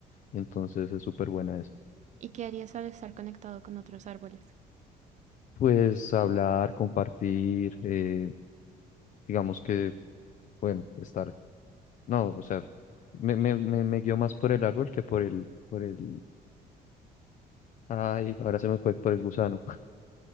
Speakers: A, on the left (about 50°); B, on the right (about 45°).
A: Entonces es súper buena esa.
B: ¿Y qué harías al estar conectado con otros árboles? <laughs>
A: Pues hablar, compartir, eh, digamos que, bueno, estar. No, o sea, me, me, me, me guío más por el árbol que por el, por el. Ay, ahora se me fue por el gusano.